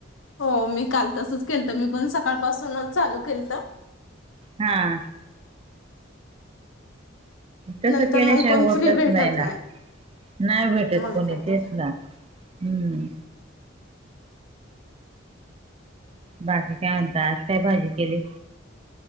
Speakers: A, on the left; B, on the right.
A: हो मी काल तसच केलत मी पण सकाळपासूनच चालू केलत
B: हा. तसं
A: नंतर
B: केल्याशिवाय
A: मग कोण
B: होतच
A: फ्री भेटत
B: नाही ना नाय भेटत
A: मग
B: कोणी
A: काय
B: तेच
A: तर
B: ना, हम्म. बाकी काय म्हणता, आज काय भाजी केली?